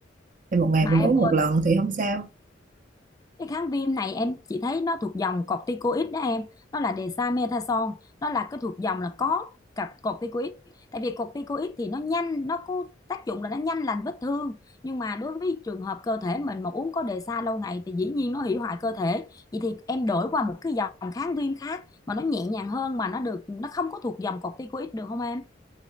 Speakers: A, on the right (about 45°); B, on the left (about 20°).
A: thì một ngày
B: mà
A: mình uống
B: em
A: một lần thì không sao
B: Cái kháng viêm này em chỉ thấy nó thuộc dòng corticoid đó em, nó là dexamethasone, nó là cái thuộc dòng là có cặp corticoid. Tại vì corticoid thì nó nhanh, nó có tác dụng là nó nhanh lành vết thương, nhưng mà đối với trường hợp cơ thể mình mà uống có dexa lâu ngày thì dĩ nhiên nó hủy hoại cơ thể. Vậy thì em đổi qua một cái dòng kháng viêm khác mà nó nhẹ nhàng hơn mà nó được nó không có thuộc dòng corticoid được không em?